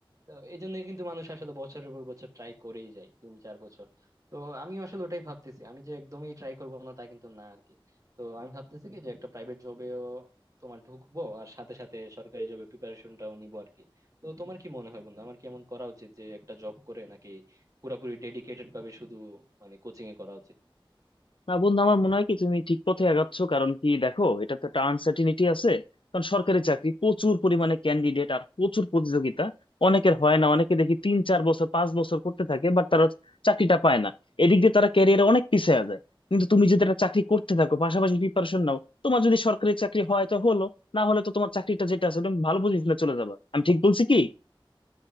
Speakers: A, on the right; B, on the left.
A: তো এই জন্যই কিন্তু মানুষ আসলে বছরের পর বছর ট্রাই করেই যায় তিন চার বছর তো আমি আসলে ওটাই ভাবতেছি আমি যে একদমই ট্রাই করবো না তা কিন্তু না আর কি তো আমি ভাবতেছি কি যে একটা প্রাইভেট জবেও তোমার ঢুকবো আর সাথে সাথে সরকারি জবে প্রিপারেশনটাও নিবো আর কি তো তোমার কি মনে হয় বন্ধু আমার কি এমন করা উচিত যে একটা জব করে নাকি পুরোপুরি ডেডিকেটেড ভাবে শুধু মানে কোচিং এ করা উচিত
B: না বন্ধু আমার মনে হয় কি তুমি ঠিক পথে আগাচ্ছ কারণ কি দেখো এটা তো একটা আনসার্টিনিটি আছে কারণ সরকারি চাকরি প্রচুর পরিমাণে ক্যান্ডিডেট আর প্রচুর প্রতিযোগিতা অনেকের হয় না অনেকে দেখি তিন চার বছর পাঁচ বছর করতে থাকে বাট তারা চাকরিটা পায় না এদিক দিয়ে তারা ক্যারিয়ারে অনেক পিছিয়ে যায় কিন্তু তুমি যদি একটা চাকরি করতে থাকো পাশাপাশি প্রিপারেশন নাও তোমার যদি সরকারি চাকরি হয় তো হলো না হলে তো তোমার চাকরিটা যেটা আছে তুমি ভালো পজিশনে চলে যাবে আমি ঠিক বলছি কি